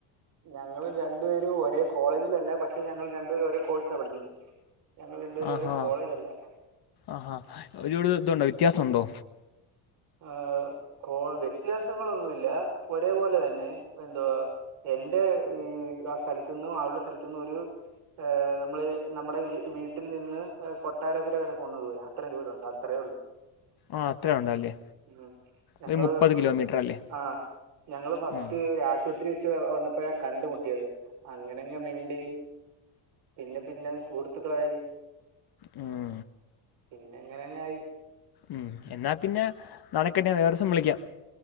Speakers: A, on the right; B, on the left.
A: ഞങ്ങൾ രണ്ടു പേരും ഒരേ കോളേജിലല്ല പക്ഷെ ഞങ്ങൾ രണ്ടു പേരും ഒരേ കോഴ്സാ പഠിക്കുന്നെ ഞങ്ങൾ രണ്ട് പേരും
B: ആഹാ
A: ഒരേ കോളേജെല്ല
B: ആഹാ ഒരുപട് ഇതുണ്ടോ വ്യത്യാസുണ്ടോ
A: ആ കോ വ്യത്യാസങ്ങളൊന്നുമില്ല ഒരേപോലെ തന്നെ എന്തുവാ എന്റെ ആ സ്ഥലത്തുന്നും അവളുടെ സ്ഥലത്തുന്നും ഒരു ഹ് നമ്മൾ നമ്മുടെ വീട്ടിൽ നിന്ന് കൊട്ടാരക്കര വരെ പോന്ന ദൂര അത്രയും ദൂരം ഉണ്ട് അത്രേ ഉള്ളു
B: ആ അത്ര ഉണ്ടല്ലേ
A: ഉ ഞങ്ങള്
B: ഒരു മുപ്പത് കിലോമീറ്റർ അല്ലേ
A: ആ ഞങ്ങള് ഫസ്റ്റൊരു
B: ഉം,
A: ആശുപത്രി വെച്ച് വന്ന ഇപ്പോഴാ കണ്ടമുട്ടിയത് അങ്ങനെങ്ങ് മിണ്ടി പിന്നെ പിന്നെ സുഹൃത്തുക്കളായി
B: ഉം
A: പിന്നെ അങ്ങെനെങ്ങായി
B: ഉം എന്നാൽ പിന്നെ നടക്കെട്ടെ ഞാൻ വേറേസം വിളിക്കാം